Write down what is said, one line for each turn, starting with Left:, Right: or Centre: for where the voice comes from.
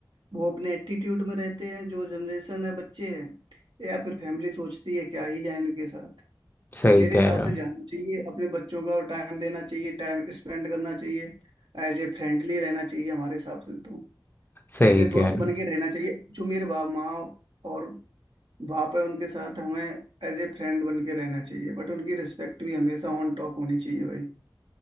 Right: वो अपने एटीट्यूड में रहते हैं जो जनरेशन है बच्चे हैं या फिर फैमिली सोचती है क्या ही जाए इनके साथ
Left: सही
Right: और मेरे
Left: कह
Right: हिसाब
Left: रहे
Right: से
Left: हो
Right: जाना चाहिए अपने बच्चों का टाइम देना चाहिए टाइम स्पेंड करना चाहिए एज ए फ्रेंडली रहना चाहिए हमारे हिसाब से तो
Left: सही
Right: ऐसे
Left: कह
Right: दोस्त
Left: रहे
Right: बन
Left: हो
Right: के रहना चाहिए जो मेरे बाप माँ और बाप है उनके साथ हमें एज ए फ्रेंड बन के रहना चाहिए बट उनकी रिस्पेक्ट भी हमेशा ऑन टॉप होनी चाहिए भाई